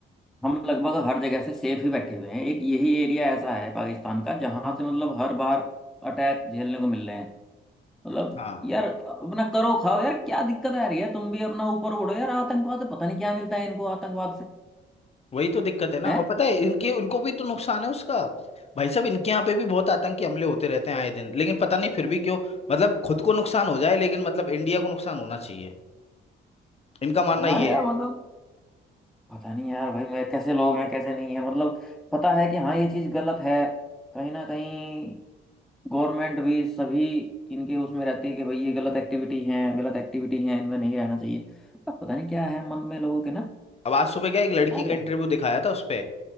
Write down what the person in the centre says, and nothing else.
हम लगभग हर जगह से सेफ ही बैठे हुए हैं एक यही एरिया ऐसा है पाकिस्तान का जहां से मतलब हर बार अटैक झेलने को मिल रहे हैं मतलब
यार अपना करो खाओ यार क्या दिक्कत आ रही है तुम भी अपना ऊपर उड़ो यार आतंकवाद से पता नहीं क्या मिलता है इनको आतंकवाद से
हैं
हाँ
यार
मतलब पता नहीं यार भाई मेरे कैसे लोग हैं कैसे नहीं है मतलब पता है कि हाँ ये चीज गलत है कहीं ना कहीं गवर्नमेंट भी सभी इनके उसमें रहती है कि भाई ये गलत एक्टिविटी है गलत एक्टिविटी है इनमें नहीं रहना चाहिए अब पता नहीं क्या है मन में लोगों के ना
क्या
कहें?